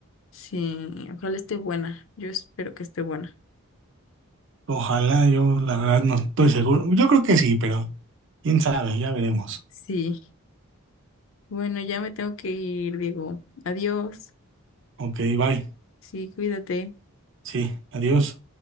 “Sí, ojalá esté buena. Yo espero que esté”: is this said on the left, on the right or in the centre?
Left